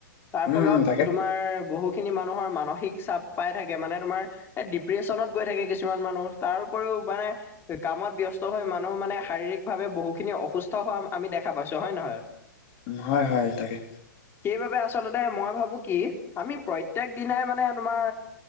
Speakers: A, on the left (about 20°); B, on the left (about 40°).
A: তাৰ
B: উম
A: ফলত
B: উম তাকে
A: তোমাৰ বহু খিনি মানুহৰ মানসিক চাপ পাই থাকে মানে তোমাৰ এ ডিপ প্ৰেচনত গৈ থাকে কিছুমান মানুহ তাৰ উপৰিও মানে কামত ব্যস্ত হৈ মানুহ মানে শাৰীৰিক ভাৱে বহুখিনি অসুস্থ হোৱা আমি দেখা পাইছোঁ হয় নে নহয়? <inaudible>
B: হয়- হয় তাকে।
A: সেইবাবে আচলতে মই ভাবো কি আমি প্ৰত্যেক দিনাই মানে তোমাৰ